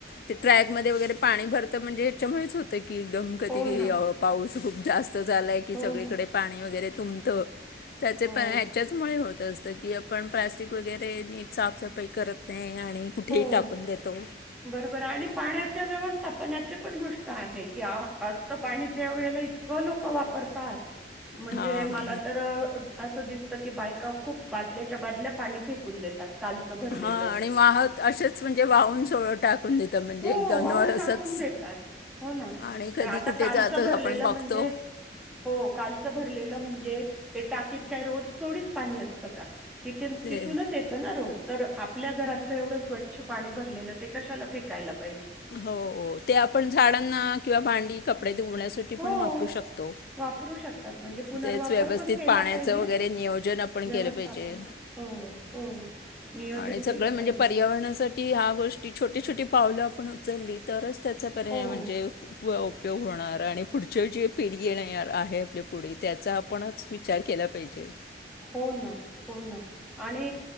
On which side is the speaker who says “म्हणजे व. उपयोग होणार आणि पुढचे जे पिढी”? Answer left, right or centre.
Left